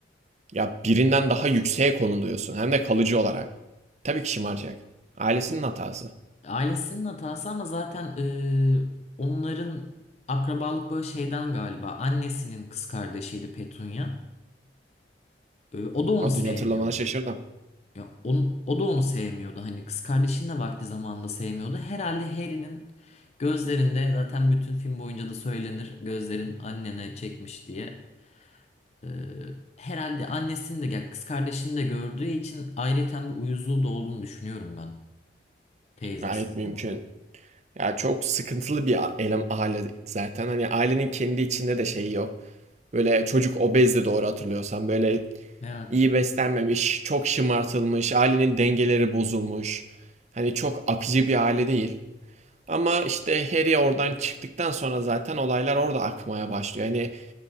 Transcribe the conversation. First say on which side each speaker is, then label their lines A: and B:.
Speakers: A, on the right (about 40°); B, on the left (about 40°).
A: Ya birinden daha yükseğe konuluyorsun hem de kalıcı olarak. Tabii ki şımaracak. Ailesinin
B: Ya-
A: hatası.
B: Ailesinin hatası ama zaten e, onların akrabalık böyle şeyden galiba. Annesinin kız kardeşiydi Petunia. Ee, o da onu
A: Adını
B: sevmiyordu.
A: hatırlamana şaşırdım.
B: Ya on- o da onu sevmiyordu. Hani kız kardeşini de vakti zamanında sevmiyordu. Herhalde Harry'nin gözlerinde zaten bütün film boyunca da söylenir gözlerin annene çekmiş diye. Ee, herhalde annesini de ya kız kardeşini de gördüğü için ayrıyeten bir uyuzluğu da olduğunu düşünüyorum ben. Teyzesinin
A: Gayet mümkün.
B: onu.
A: Ya çok sıkıntılı bir a- elem aile zaten. Hani ailenin kendi içinde de şeyi yok. Böyle çocuk obezdi doğru hatırlıyorsam. Böyle
B: Evet.
A: iyi beslenmemiş, çok şımartılmış, ailenin dengeleri bozulmuş. Hani çok akıcı bir aile değil. Ama işte Harry oradan çıktıktan sonra zaten olaylar orada akmaya başlıyor. Hani